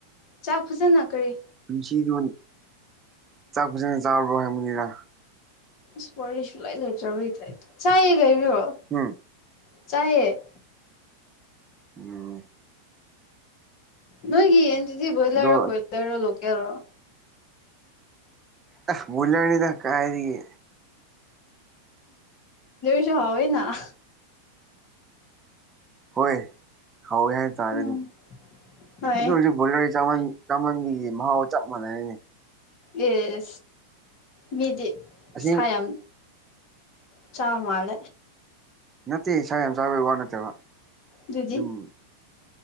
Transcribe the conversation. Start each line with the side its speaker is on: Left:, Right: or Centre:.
Left: ꯆꯥꯛ ꯐꯖꯅ ꯀꯔꯤ
Right: ꯄꯨꯟꯁꯤꯗ ꯆꯥꯛ ꯐꯖꯅ ꯆꯥꯔꯕ꯭ꯔꯣ ꯍꯥꯏꯕꯅꯤꯔ
Left: ꯏꯁ ꯋꯥꯔꯤꯔꯤꯁꯨ ꯂꯩ ꯂꯩꯗ꯭ꯔ ꯆꯥꯈꯕꯤꯣ
Right: ꯎꯝ
Left: ꯆꯥꯏꯦ
Right: ꯎꯝ
Left: ꯅꯣꯏ ꯌꯦꯟꯤꯗꯤ ꯕꯣꯏꯂꯔꯣ
Right: ꯑꯗꯣ
Left: ꯄꯣꯏꯂꯔꯣ ꯂꯣꯀꯦꯜ ꯔꯣ
Right: ꯑ ꯃꯂꯌꯥꯅꯤꯗ ꯀꯥꯥꯏꯔꯤꯒꯤꯦ
Left: ꯁꯨ ꯍꯣꯏꯅ
Right: ꯍꯣꯏ ꯍꯥꯎꯋꯦ ꯍꯥꯏꯇꯥꯔꯦ
Left: ꯎꯝ
Right: ꯑꯗꯨꯝ
Left: ꯍꯣꯏ
Right: ꯑꯗꯨ ꯍꯧꯖꯤꯛ ꯣ ꯆꯥꯃꯟ ꯆꯃꯟꯕꯤꯒꯤ ꯃꯍꯥꯎ ꯆꯞ ꯃꯥꯟꯅꯔꯤꯅꯤ
Left: ꯑꯦ ꯃꯤꯗꯤ
Right: ꯑꯁꯤ
Left: ꯁꯥꯏꯝ ꯆꯃꯜ
Right: ꯅꯠꯇꯦ ꯏꯁꯥ ꯌꯥꯝ ꯆꯥꯕꯩꯒꯤ ꯋꯥ ꯅꯠꯇꯦꯕ
Left: ꯑꯗꯨꯗꯤ
Right: ꯑꯗꯨꯝ